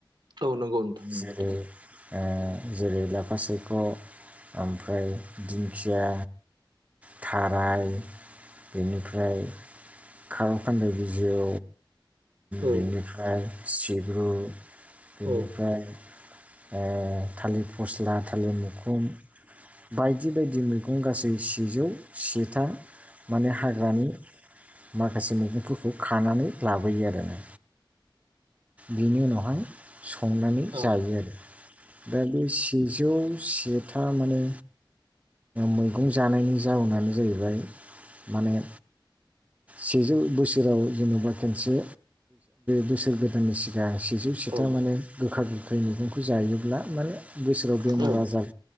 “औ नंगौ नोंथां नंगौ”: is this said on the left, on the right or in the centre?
Right